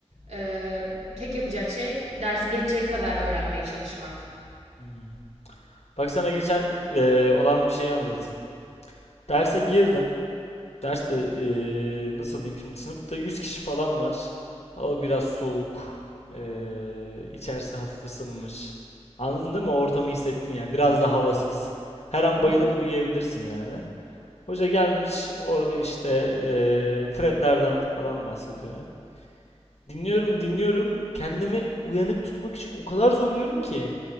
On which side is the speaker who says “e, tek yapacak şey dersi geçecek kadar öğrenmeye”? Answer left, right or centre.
Right